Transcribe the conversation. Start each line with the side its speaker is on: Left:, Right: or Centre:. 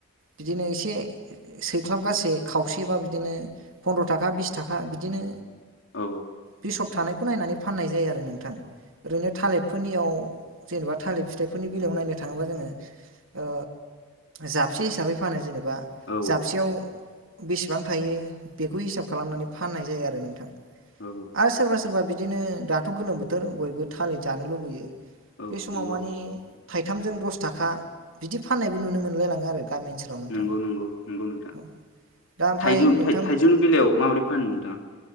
Right: बिदिनो एसे सैख्लाबगासे खावसेबा बिदिनो फन्द्र' थाखा बिस थाखा बिदिनो
Left: औ
Right: बिसब थानायखौ नायनानै फाननाय जायो आरो नोंथां। ओरैनो थालिरफोरनियाव जेनेबा थालिर फिथाइफोरनि बेलायाव नायनो थाङोबा जोङो ओ जाबसे हिसाबै फानो जेने बा
Left: औ
Right: जाबसेयाव बेसेबां थायो बेखौ हिसाब खालामनानै फाननाय जायो आरो नोंथां। आरो
Left: औ औ
Right: सोरबा सोरबा बिदिनो दाथ' गोलोम बोथोर बयबो थालिर जानो लुबैयो
Left: औ
Right: बे समाव
Left: नंगौ
Right: मानि थाइथामजों दस थाखा बिदि फाननायबो नुनो मोनलायलाङो आरो गामि ओनसोलाव नोंथां
Left: नंगौ नंगौ नंगौं नोंथां।
Right: औ दा ओमफ्राय
Left: थायजौ
Right: नोंथां
Left: थायजौनि बेलायाव माबोरै फान्नो नोंथाङा?